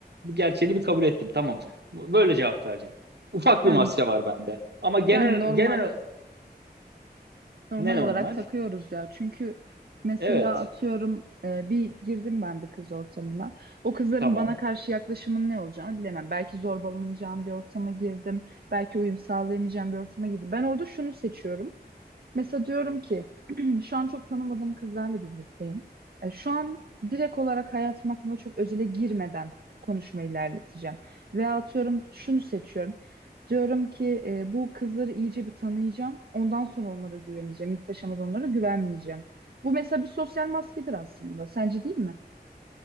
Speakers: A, on the right (about 75°); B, on the right (about 65°).
A: gerçeğini bir kabul ettim. Tamam. Bu- Böyle cevap vereceğim. Ufak
B: Yani
A: bir maske var bende. Ama genel
B: yani normal
A: genel
B: normal
A: ne normal?
B: olarak takıyoruz ya. Çünkü mesela
A: Evet,
B: atıyorum e, bir girdim ben bir kız ortamına. O kızların
A: tamam.
B: bana karşı yaklaşımın ne olacağını bilemem. Belki zorbalanacağım bir ortama girdim. Belki uyum sağlayamayacağım bir ortama girdim. Ben orada şunu seçiyorum. Mesela diyorum ki <clears throat> şu an çok tanımadığım kızlarla birlikteyim. E, şu an direkt olarak hayatım hakkında çok özele girmeden konuşmayı ilerleteceğim. Veya atıyorum şunu seçiyorum. Diyorum ki e, bu kızları iyice bir tanıyacağım. Ondan sonra onlara güveneceğim. İlk aşamada onlara güvenmeyeceğim. Bu mesela bir sosyal maskedir aslında. Sence değil mi?